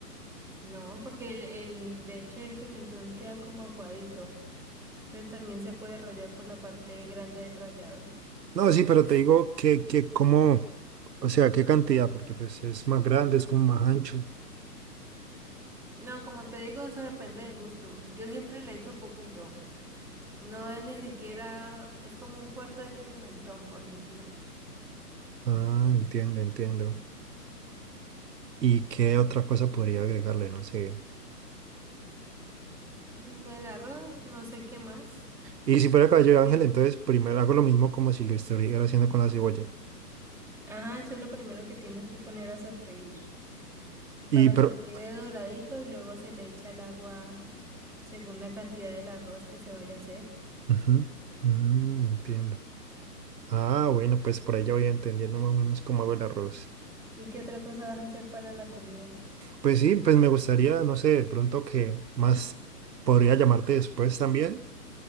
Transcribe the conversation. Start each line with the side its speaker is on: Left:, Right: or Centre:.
Centre: No, porque el, el- de hecho el pimentón queda como aguadito. Entonces también se puede rallar por la parte grande del rallador.
Right: No, sí, pero te digo que, que como, o sea, qué cantidad, porque pues es más grande, es como más ancho.
Centre: No, como te digo, eso depende del gusto. Yo siempre le echo poquito. No es ni siquiera, es como un cuarto del pimentón, por ejemplo.
Right: Ah, entiendo, entiendo. ¿Y qué otra cosa podría agregarle? No sé.
Centre: Mm, El arroz, no sé qué más.
Right: Y si fuera cabello de ángel,
Centre: Pero-
Right: entonces primero hago lo mismo como si lo estuviera haciendo con la cebolla.
Centre: Ajá, eso es lo primero que tienes que poner a sofreír
Right: Y
Centre: para
Right: pero...
Centre: que quede doradito y luego se le echa el agua según la cantidad del arroz que se vaya a hacer.
Right: Ujú. Mm, entiendo. Ah, bueno, pues por ahí ya voy entendiendo más o menos cómo hago el arroz.
Centre: ¿Y qué otra cosa vas a hacer para la comida?
Right: Pues sí, pues me gustaría, no sé, de pronto que más podría llamarte después también